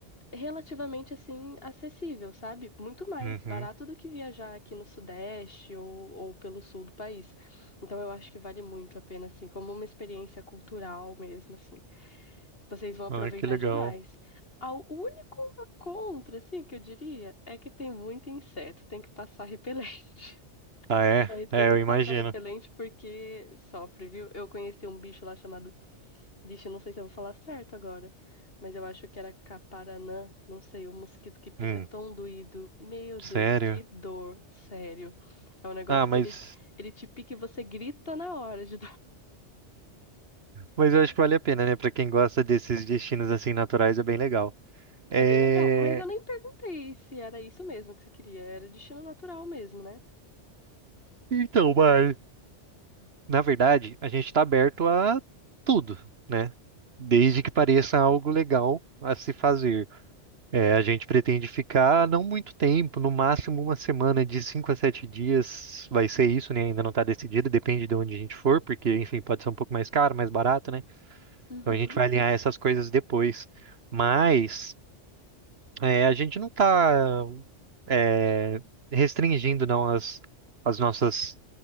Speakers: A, on the left (about 50°); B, on the right (about 60°).
A: relativamente assim acessível, sabe? Muito mais
B: Uhum.
A: barato do que viajar aqui no Sudeste ou, ou pelo sul do país. Então eu acho que vale muito a pena, assim, como uma experiência cultural mesmo, assim. Vocês vão aproveitar
B: Ai, que legal.
A: demais. Ao- O único contra, assim, que eu diria, é que tem muito inseto, tem que passar repelente. <laughs>
B: Ah, é?
A: Vai ter
B: É,
A: que
B: eu imagino.
A: passar repelente porque sofre, viu? Eu conheci um bicho lá chamado. Vixe, eu não sei se eu vou falar certo agora, mas eu acho que era caparanã, não sei, um mosquito que pica
B: Hum,
A: tão doído. Meu Deus,
B: sério?
A: que dor, sério. É um negócio
B: Ah, mas,
A: que ele, ele te pica e você grita na hora de
B: mas eu acho que vale a pena, né? Pra quem gosta desses destinos assim naturais, é bem legal. É...
A: É bem legal. Mas eu nem perguntei se era isso mesmo que você queria. Era destino natural mesmo, né?
B: Então, mas, na verdade, a gente tá aberto a tudo, né? Desde que pareça algo legal a se fazer. É, a gente pretende ficar não muito tempo, no máximo uma semana de cinco a sete dias vai ser isso, né? Ainda não está decidido, depende de onde a gente for, porque, enfim, pode ser um pouco mais caro, mais barato, né?
A: Uhum.
B: Então a gente vai alinhar essas coisas depois. Mas é, a gente não está é, restringindo não as, as nossas